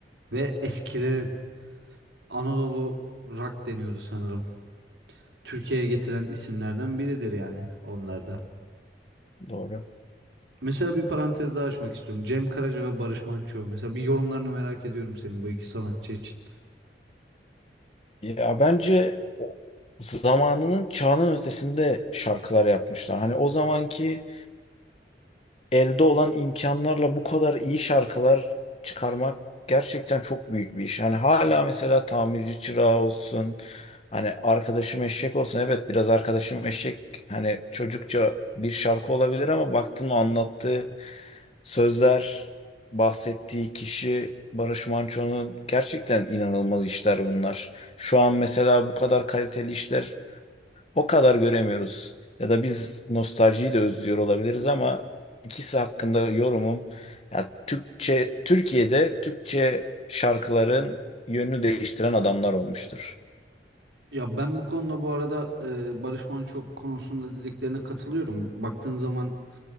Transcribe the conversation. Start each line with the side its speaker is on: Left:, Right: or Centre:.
Right: Ve eskilerin Anadolu Rock deniyordu sanırım. Türkiye'ye getiren isimlerden biridir yani onlar da.
Left: Doğru.
Right: Mesela bir parantez daha açmak istiyorum. Cem Karaca ve Barış Manço. Mesela bir yorumlarını merak ediyorum senin bu iki sanatçı için.
Left: Ya bence o- zamanının çağının ötesinde şarkılar yapmışlar. Hani o zamanki elde olan imkanlarla bu kadar iyi şarkılar çıkarmak gerçekten çok büyük bir iş. Hani hala mesela tamirci çırağı olsun, hani arkadaşım eşek olsun. Evet biraz arkadaşım eşek hani çocukça bir şarkı olabilir ama baktın anlattığı sözler, bahsettiği kişi Barış Manço'nun gerçekten inanılmaz işler bunlar. Şu an mesela bu kadar kaliteli işler o kadar göremiyoruz. Ya da biz nostaljiyi de özlüyor olabiliriz ama ikisi hakkında yorumum ya Türkçe Türkiye'de Türkçe şarkıların yönünü değiştiren adamlar olmuştur.
Right: Ya ben bu konuda bu arada e, Barış Manço konusunda dediklerine katılıyorum. Baktığın zaman